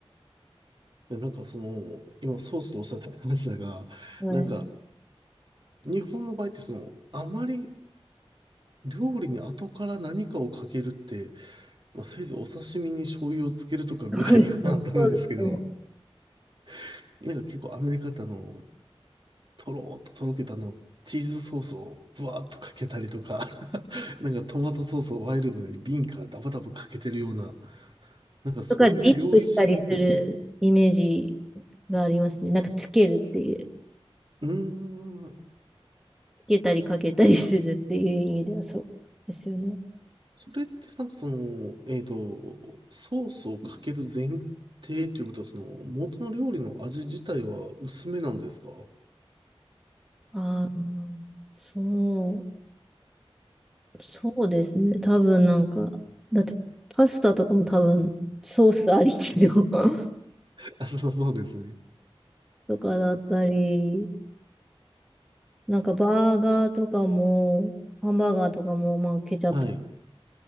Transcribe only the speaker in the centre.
はい。
<laughs> そうですよね。
とか、ディップしたりするイメージがありますね。なんか、つけるっていう。
けたりかけたりするっていう意味ではそうですよね。
ああ、そう、そうですね。多分なんか、だってパスタとかも多分ソースありきの <laughs>
とかだったり、なんかバーガーとかも、ハンバーガーとかも、まあケチャップ、